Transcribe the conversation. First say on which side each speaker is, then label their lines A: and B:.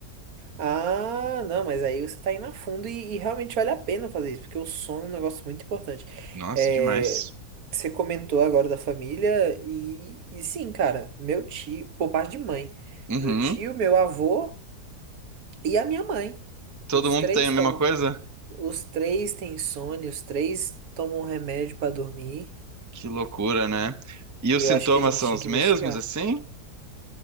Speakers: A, on the right (about 65°); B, on the right (about 20°).
A: Ah, não, mas aí você tá indo a fundo e, e realmente vale a pena fazer isso, porque o sono é um negócio muito importante.
B: Nossa,
A: É,
B: demais.
A: você comentou agora da família, e, e sim, cara, meu tio, por parte de mãe,
B: Uhum.
A: meu tio, meu avô e a minha mãe.
B: Todo
A: Os
B: mundo
A: três
B: tem a mesma
A: tomam.
B: coisa?
A: Os três têm insônia, os três tomam remédio pra dormir.
B: Que loucura, né? E os
A: E
B: sintomas
A: eu acho que a gente
B: são
A: tinha
B: os
A: que
B: mesmos,
A: investigar.
B: assim?